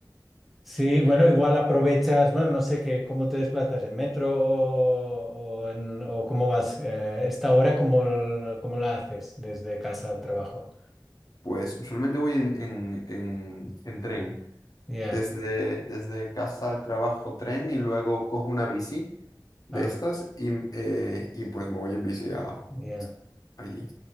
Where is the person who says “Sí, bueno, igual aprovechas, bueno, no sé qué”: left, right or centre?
Centre